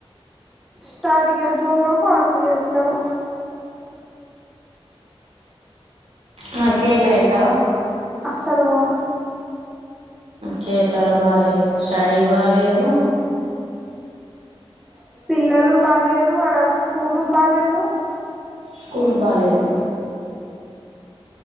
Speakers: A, in the centre; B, on the right.
A: స్టార్ట్య జూన్ లో కాల్స్ చేస్తారు
B: మరి కేరళ వెళ్తావా
A: సర్వను
B: కేరళలో బాగాలేదు స్టడీ బాలేదు
A: పిల్లలు బాలేేరు అలాగ స్కూలు బాలేదు
B: స్కూల్ బాలేదు